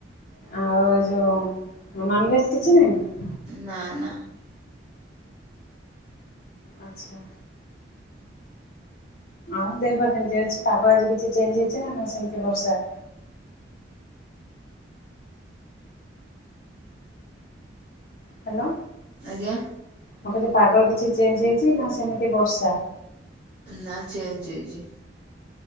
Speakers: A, on the left (about 50°); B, on the right (about 30°).
A: ଆଉ ଯୋଉ ନନ୍ ଭେଜ କିଛି ନାହିଁ?
B: ନା ନା।
A: ଆଚ୍ଛା। ଆଉ ଦେହ ପା କେମିତି ଅଛି ପାଗ ଆଜି କିଛି ଚେଞ୍ଜ୍ ହେଇଛି ନା ସେମିତି ବର୍ଷା? ହାଲୋ।
B: ଆଜ୍ଞା।
A: ମୁଁ କହିଲି ପାଗ କିଛି ଚେଞ୍ଜ ହେଇଛି ନା ସେମିତି ବର୍ଷା।
B: ନା ଚେଞ୍ଜ ହେଇଛି।